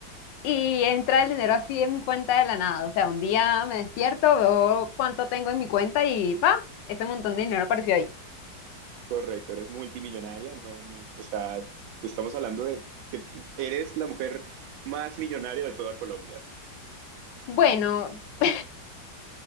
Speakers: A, on the left (about 75°); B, on the right (about 90°).
A: Y entra el dinero así en mi cuenta de la nada. O sea, un día me despierto, veo cuánto tengo en mi cuenta y ¡pa! Ese montón de dinero apareció ahí.
B: Correcto, eres multimillonaria. No, no, o sea, te estamos hablando de que tú eres la mujer más millonaria de toda Colombia,
A: Bueno, lo